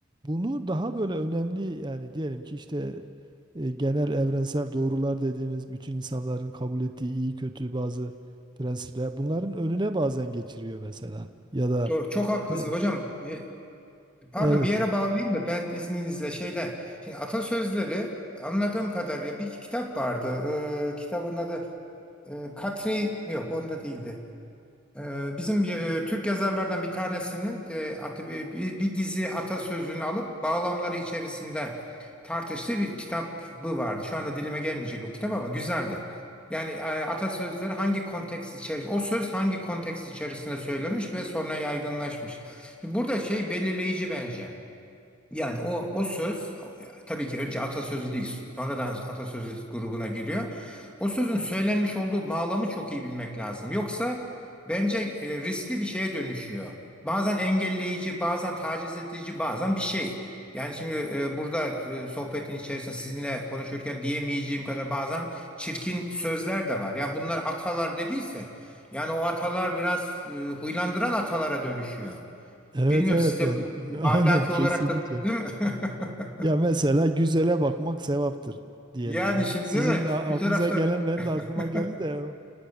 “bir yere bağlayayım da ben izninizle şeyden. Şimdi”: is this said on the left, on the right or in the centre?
Centre